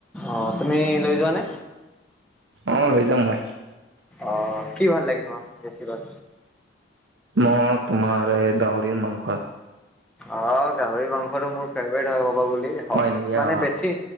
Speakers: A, in the centre; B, on the right.
A: অ', তুমি লৈ যোৱানে?
B: অ', লৈ যাওঁ মই।
A: অ', কি ভাল লাগে <unintelligible> বেছিভাগ?
B: মই তোমাৰ এই গাহৰিৰ মাংস।
A: অ', গাহৰি মাংসটো মোৰ ফেভৰেট হয়, ক'ব বুলি
B: হয় নেকি অ',
A: মানে বেছি